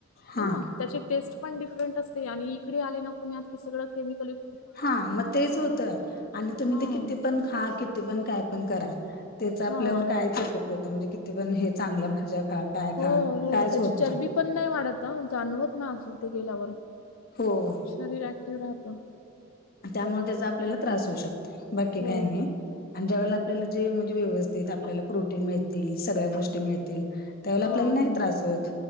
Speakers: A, on the left; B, on the left.
A: हा
B: हाय ना त्याची टेस्ट पण डिफरंट असते आणि इकडे आले ना पुण्यात कि सगळं केमिकल यु
A: हा मग तेच होत आणि तुम्ही
B: हां,
A: ते किती पण हा किती पण काय पण करा त्याच आपल्यावर
B: हां.
A: काहीच ई हो म्हणजे किती पण हे चांगल्या भाज्या खा काय
B: हो
A: खा
B: हो
A: कायच
B: त्याची
A: होत
B: चरबी पण नाही वाढत जाणवत ना अस ते गेल्यावर
A: होय
B: शरीर ऍक्टिव राहतं.
A: त्यामुळे त्याचा आपल्याला त्रास होऊ शकतोय, बाकी
B: हो.
A: काही नाही आणि ज्या वळेला आपल्याला जे म्हणजे व्यवस्थित आपल्याला प्रोटीन मिळतील, सगळ्या गोष्टी मिळतील. त्यावेळी
B: हां,
A: आपल्याला नाही
B: हां.
A: त्रास होत